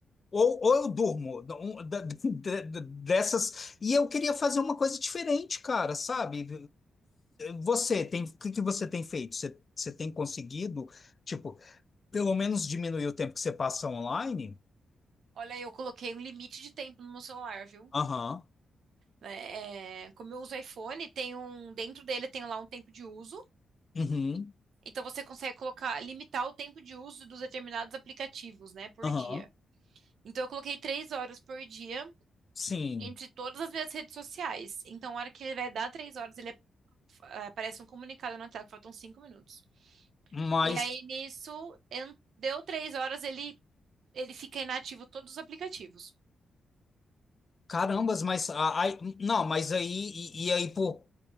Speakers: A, on the left; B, on the right.
A: Ou, ou eu durmo um- da- <laughs> de- de- dessas. E eu queria fazer uma coisa diferente, cara, sabe? Você tem, o que que você tem feito? Você, você tem conseguido? Tipo, pelo menos diminuir o tempo que você passa online?
B: Olha, eu coloquei um limite de tempo no meu celular, viu?
A: Aham.
B: É, é, como eu uso iPhone, tem um, dentro dele tem lá um tempo de uso.
A: Uhum.
B: Então você consegue colocar, limitar o tempo de uso dos determinados aplicativos, né, por
A: Aham.
B: dia. Então eu coloquei três horas por dia
A: Sim.
B: entre todas as minhas redes sociais. Então, a hora que ele vai dar três horas, ele eh, aparece um comunicado na tela que faltam cinco minutos.
A: Mas,
B: E aí nisso, en- deu três horas, ele, ele fica inativo todos os aplicativos.
A: carambas, mas. a- Aí, não, mas aí. E, e aí, pô,